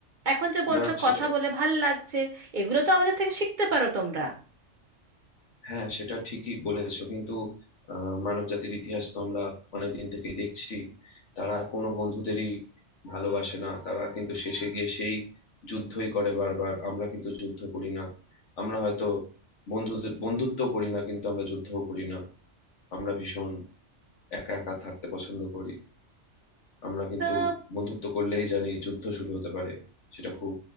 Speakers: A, on the right; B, on the left.
A: এখন যে বলছো
B: না সেটা
A: কথা বলে ভাল লাগছে এগুলো তো আমাদের থেকে শিখতে পারো তোমরা
B: হ্যাঁ সেটা ঠিকই বলেছো কিন্তু মানব জাতির ইতিহাস তো আমরা অনেকদিন থেকেই দেখছি তারা কোনো বন্ধুদেরই ভালোবাসে না তারা কিন্তু শেষে গিয়ে সেই যুদ্ধই করে বারবার আমরা কিন্তু যুদ্ধ করি না আমরা হয়তো বন্ধু বন্ধুত্ব করি না কিন্তু আমরা যুদ্ধও করি না আমরা ভীষণ একা একা থাকতে পছন্দ করি আমরা কিন্তু
A: আহ,
B: বন্ধুত্ব করলেই জানি যুদ্ধ শুরু হতে পারে সেটা খুব